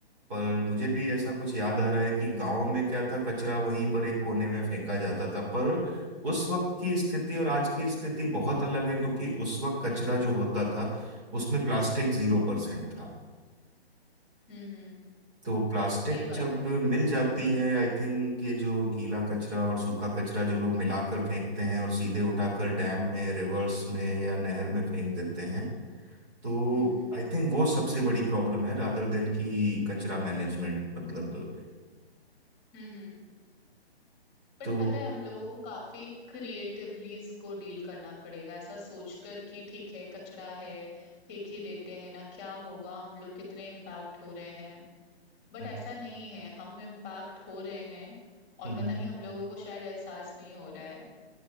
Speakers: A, on the right; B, on the left.
A: पर मुझे भी ऐसा कुछ याद आ रहा है कि गांव में क्या था कचरा वहीं पर एक कोने में फेंका जाता था पर उस वक्त की स्थिति और आज की स्थिति बहुत अलग है क्योंकि उस वक्त कचरा जो होता था उसमें प्लास्टिक जीरो परसेंट था
B: हम्म हम्म
A: तो प्लास्टिक
B: सही बात
A: जब
B: है
A: मिल जाती है आई थिंक ये जो गीला कचरा और सूखा कचरा जो लोग मिलाकर फेंकते हैं और सीधे उठाकर
B: हम्म
A: डैम में रिवर्स में या नहर में फेंक देते हैं तो
B: हम्म हम्म हम्म
A: आई थिंक वो सबसे बड़ी प्रॉब्लम है रादर देन की कचरा मैनेजमेंट मतलब
B: हम्म हम्म। बट
A: तो
B: पता है हम लोगों को काफी क्रिएटिवली इसको डील करना पड़ेगा ऐसा सोचकर कि ठीक है कचरा है फेंक ही देते हैं ना क्या होगा हम लोग कितने इम्पैक्ट हो रहे हैं बट
A: हम्म
B: ऐसा नहीं है हम इम्पैक्ट हो रहे हैं और
A: हम्म
B: पता नहीं हम लोगों को शायद एहसास नहीं हो रहा है